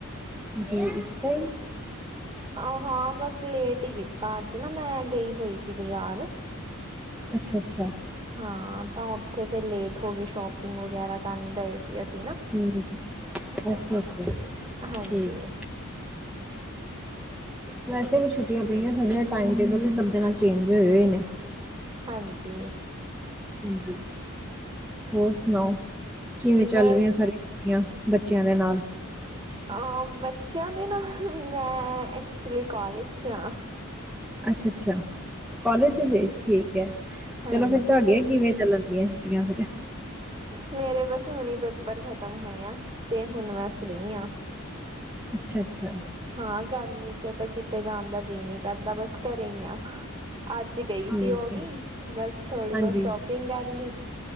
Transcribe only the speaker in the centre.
ਜੀ ਇਸ ਟਾਈਮ
ਅੱਛਾ ਅੱਛਾ,
ਠੀਕ ਓਕੇ ਓਕੇ
ਠੀਕ ਵੈਸੇ ਵੀ ਛੁੱਟੀਆਂ ਪਈਆਂ ਥੋਡੇ ਟਾਈਮ ਟੇਬਲ ਵੀ ਸਭ ਦੇ ਨਾਲ ਚੇਂਜ ਹੋਏ ਹੋਏ ਨੇ
ਹਾਂਜੀ ਹੋਰ ਸੁਣਾਓ ਕਿਵੇਂ ਚੱਲ
ਰਹੀਆਂ ਸਾਰੇ ਬੱਚਿਆਂ ਦੇ ਨਾਲ
ਅੱਛਾ ਅੱਛਾ ਕਾਲਜ ਜੇ ਠੀਕ ਹੈ
ਚਲੋ ਫਿਰ ਤੁਹਾਡੀਆਂ ਕਿਵੇਂ ਚੱਲਣ ਦੀਆਂ ਛੁੱਟੀਆਂ ਫਿਰ
ਅੱਛਾ ਅੱਛਾ
ਠੀਕ
ਹੈ
ਹਾਂਜੀ,